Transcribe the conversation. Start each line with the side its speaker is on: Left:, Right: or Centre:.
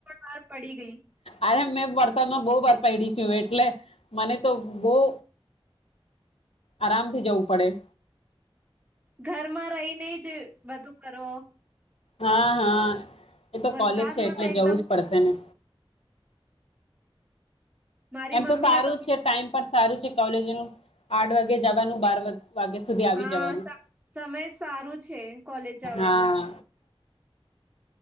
Right: વાર પડી ગઈ.
Left: અરે મેં વર્તનમાં બહુ બાર પડીશું એટલે મને તો બહ આરામથી જવું પડે
Right: ઘરમાં રહીને જ બધું કરો
Left: હા હા એ તો
Right: વરસાદમાં
Left: કોલેજ છે એટલે
Right: તો એકદમ
Left: જવું જ પડશે ને
Right: મારી
Left: એમ
Right: મમ્મી
Left: તો સારું
Right: ના
Left: જ છે ટાઈમ પણ સારું છે કોલેજ નું આઠ વાગે જવાનું બાર વાગ્યા સુધી આવી
Right: હા
Left: જવાનું
Right: સા- સમય સારું છે કોલેજ જવાનું
Left: હા